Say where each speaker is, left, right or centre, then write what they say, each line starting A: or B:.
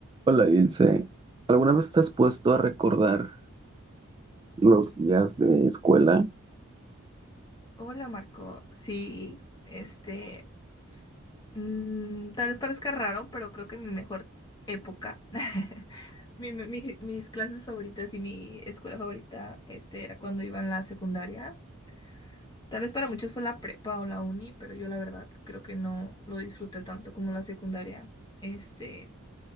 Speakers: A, on the right (about 20°); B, on the left (about 20°).
A: Hola, Ilse. ¿Alguna vez te has puesto a recordar los días de escuela?
B: Hola Marco, sí, este, mm, tal vez parezca raro, pero creo que mi mejor época, <laughs> mi- mi- mi- mis clases favoritas y mi escuela favorita, este, era cuando iba en la secundaria. Tal vez para muchos fue la prepa o la uni, pero yo la verdad creo que no lo disfruté tanto como la secundaria. Este,